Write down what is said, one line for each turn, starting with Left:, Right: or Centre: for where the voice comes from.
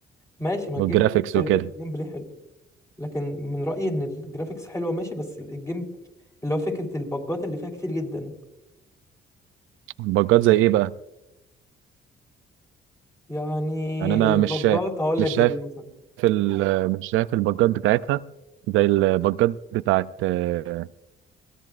Left: ماشي ما الجيم
Right: والجرافيكس
Left: بلاي حلو
Right: وكده
Left: الجيم بلاي حلو لكن من رأيي ان الجرافيكس حلوة ماشي بس الجيم اللي هو فكرة البجات اللي فيها كتير جدا
Right: البجات زي ايه بقى
Left: يعني
Right: يعني انا
Left: البجات
Right: مش شايف
Left: هقول لك
Right: مش
Left: زي
Right: شايف
Left: ايه مثلا
Right: ال... مش شايف البجات بتاعتها زي البجات بتاعت آه،